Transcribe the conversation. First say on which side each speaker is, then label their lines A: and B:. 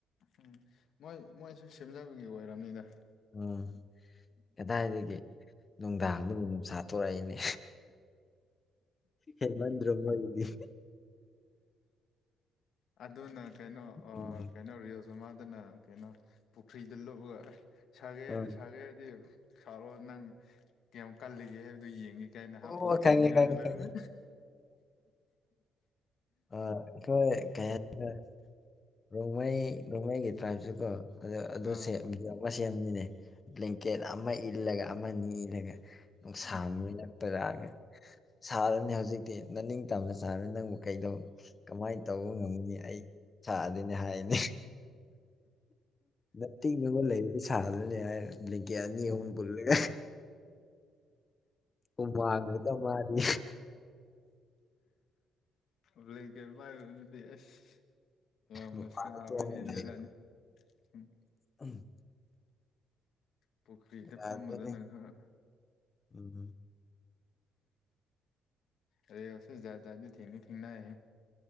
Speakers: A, on the left (about 65°); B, on the left (about 35°).
A: ꯎꯝ ꯃꯣꯏ ꯃꯣꯏꯁꯨ ꯁꯦꯝꯖꯕꯒꯤ ꯑꯣꯏꯔꯕꯅꯤꯗ
B: ꯎꯝ ꯀꯗꯥꯏꯗꯒꯤ ꯅꯨꯡꯗꯥꯡꯗꯨꯕꯨ ꯅꯨꯡꯁꯥ ꯊꯣꯛꯔꯛꯏꯅꯦ ꯍꯦꯃꯟ꯭ꯔꯣꯃꯣ ꯑꯣꯏꯗꯤ
A: ꯑꯗꯨꯅ ꯀꯩꯅꯣ
B: ꯎꯝ
A: ꯀꯩꯅꯣ ꯔꯤꯁꯇꯣ ꯃꯥꯗꯅ ꯀꯩꯅꯣ ꯄꯨꯈ꯭ꯔꯤꯗ ꯂꯨꯞꯑꯒ ꯁꯥꯒꯦ
B: ꯑꯥ
A: ꯁꯥꯒꯦ ꯍꯥꯏꯗꯤ ꯁꯥꯥꯎꯔꯛꯑꯣ ꯅꯪ ꯀꯌꯥꯝꯨ ꯀꯜꯂꯤꯒꯦ ꯍꯥꯏꯕꯗꯨꯣ ꯌꯦꯡꯉꯤ ꯀꯥꯏꯅꯍ
B: ꯑꯣ
A: ꯄꯨꯨꯈꯔꯤꯏ
B: ꯈꯪꯉꯦ
A: ꯃꯩꯅꯏꯗ
B: ꯈꯪꯉꯦ
A: ꯂꯩꯔ
B: ꯈꯪꯉꯦ
A: <unintelligible>
B: ꯑ ꯏꯈꯣꯏ ꯀꯩꯅ ꯅꯣꯡꯃꯩ ꯅꯣꯡꯃꯩꯒꯤ ꯇ꯭ꯔꯥꯏꯞꯁꯨ ꯀꯣ ꯑꯗꯨꯁꯦ
A: ꯑꯥ
B: ꯣꯛ ꯑꯃ ꯁꯦꯝꯅꯤꯅꯦ ꯕ꯭ꯂꯦꯡꯀꯦꯠ ꯑꯃ ꯏꯜꯂꯒ ꯑꯃꯅꯤ ꯏꯜꯂꯒ ꯁꯝꯄꯔꯑꯒꯦ
A: ꯑꯥ
B: ꯁꯥꯔꯅꯤ ꯍꯧꯖꯤꯛꯇꯤ ꯅꯅꯤꯡ ꯇꯝꯅ ꯁꯥꯔꯅꯤ ꯅꯪꯕꯨ ꯀꯩꯗꯧꯕ ꯀꯃꯥꯏꯅ ꯇꯧꯕ ꯉꯝꯒꯅꯤ ꯑꯩ ꯁꯥ ꯑꯗꯨꯅꯤ ꯍꯥꯏꯗꯤ ꯅ ꯇꯤꯕ ꯂꯩꯕꯗꯤ ꯁꯥꯍꯜꯂꯅꯦ ꯍꯥꯏ ꯀ ꯑꯅꯤ
A: ꯑꯥ
B: ꯑꯍꯨꯝ ꯄꯨꯜꯂꯒ ꯎ ꯃꯥꯥꯡꯒꯦ ꯇ ꯃꯥꯔꯤ
A: ꯕ꯭ꯂꯦꯡꯀꯦꯠ ꯄꯥꯏꯕꯗꯨꯗꯤ ꯑꯁ ꯌꯥꯝꯅ
B: ꯃꯄꯥꯟꯗ
A: ꯁꯥꯕ
B: ꯊꯣꯛꯑꯒ
A: ꯍꯦꯟꯖꯤꯜꯂꯅꯤ
B: ꯂꯩꯔꯅꯤ
A: ꯎꯝ
B: ꯎꯝ
A: ꯄꯨꯈ꯭ꯔꯤꯗ
B: ꯌꯥꯗ꯭ꯔꯦꯅꯦ
A: ꯐꯝꯃꯗꯅ ꯈꯔ
B: ꯎꯝ
A: ꯑꯔꯦ ꯑꯣ ꯎꯆꯦ ꯗꯤ ꯊꯦꯡꯅ ꯊꯦꯡꯅꯅꯥꯏꯦ